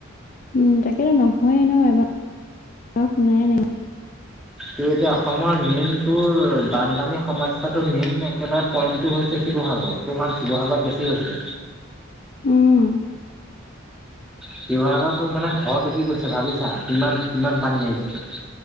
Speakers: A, on the left; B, in the centre.
A: উম, তাকেতো নহয়েই ন। এবাৰ শুনাইে নাই।
B: তেনতে এতিয়া অসমৰ মেইনটো বানপানী সমস্যাটো মেইন একেবাৰে। পইন্টটো হৈছে শিৱসাগৰ, তাৰ কাৰণ শিৱসাগৰত বেছি হৈছে।
A: উম।
B: শিৱসাগৰ তো মানে ঘৰ ডুবি গৈছে ভাবিছা। কিমান- কিমান পানী আহিছে।